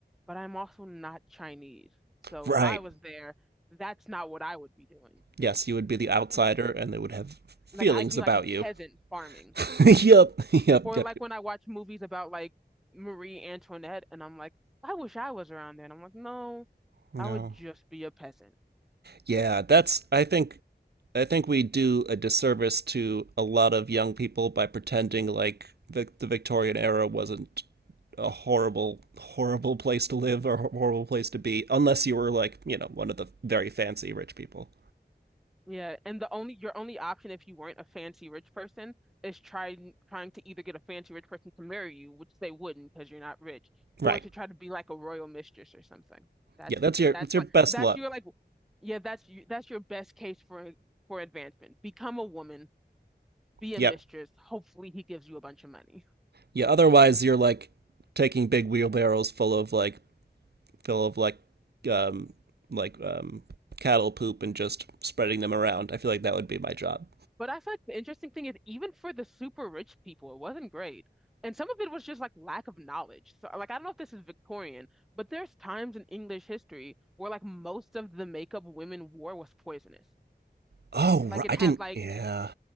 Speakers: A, in the centre; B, on the right.
A: but I'm also not Chinese. So
B: right
A: if I was there, that's not what I would be doing.
B: Yes, you would be the outsider
A: <clears throat>
B: and they would have feelings
A: Like I'd be
B: about
A: like a
B: you.
A: peasant farming.
B: <laughs> yep, yep,
A: Or
B: yep, yep.
A: like when I watch movies about like Marie Antoinette and I'm like, I wish I was around there. And I'm like, no,
B: No.
A: I would just be a peasant.
B: Yeah, that's I think I think we do a disservice to a lot of young people by pretending like the, the Victorian era wasn't a horrible, horrible place to live or horrible place to be, unless you were like, you know, one of the very fancy rich people.
A: Yeah. And the only your only option if you weren't a fancy rich person is trying trying to either get a fancy rich person to marry you, which they wouldn't because you're not rich,
B: Right.
A: or to try to be like a royal mistress or something. That's
B: Yeah, that's your
A: that's
B: that's your
A: like
B: best
A: that's
B: luck.
A: your like yeah, that's you that's your best case for for advancement. Become a woman, be
B: Yep.
A: a mistress. Hopefully he gives you a bunch of money.
B: Yeah. Otherwise you're like taking big wheelbarrows full of like full of like um like um cattle poop and just spreading them around. I feel like that would be my job.
A: But I feel like the interesting thing is even for the super rich people, it wasn't great. And some of it was just like lack of knowledge. So like I don't know if this is Victorian, but there's times in English history where like most of the makeup women wore was poisonous.
B: Oh,
A: Like it
B: I
A: had
B: didn't.
A: like
B: Yeah.